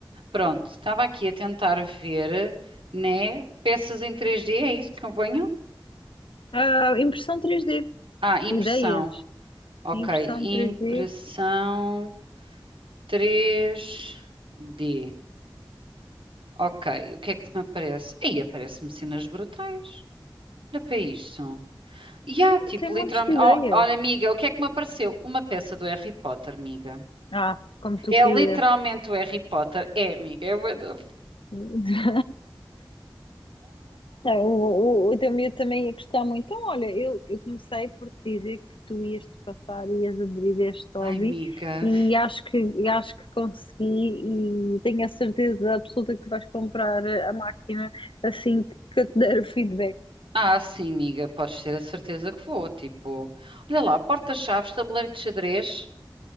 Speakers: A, on the right; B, on the left.
A: Pronto, estava aqui a tentar ver, né, peças em três d é isso que eu ponho?
B: Ah, impressão três d
A: Ah, impressão,
B: Ideias.
A: ok,
B: Impressão
A: impressão
B: três d
A: três d Ok, o que é que me aparece? Aí aparece-me cenas brutais. Olha para isto. E há, tipo,
B: Tem montes
A: literalmente.
B: de ideias.
A: Oh, olha, amiga, o que é que me apareceu? Uma peça do Harry Potter, amiga.
B: Ah, como tu querias.
A: É literalmente o Harry Potter. É, amiga. É bué da f-
B: <laughs> Não, o, o, o teu miúdo também ia gostar muito. Então, olha, eu, eu comecei por te dizer que tu ias te passar, ias aderir a este hobby
A: Ai, amiga.
B: e acho que, e acho que consegui e tenho a certeza absoluta que tu vais comprar a máquina assim que, que eu te der o feedback.
A: Ah, sim, amiga. Podes ter a certeza que vou. Tipo, olha lá, porta-chaves, tabuleiro de xadrez.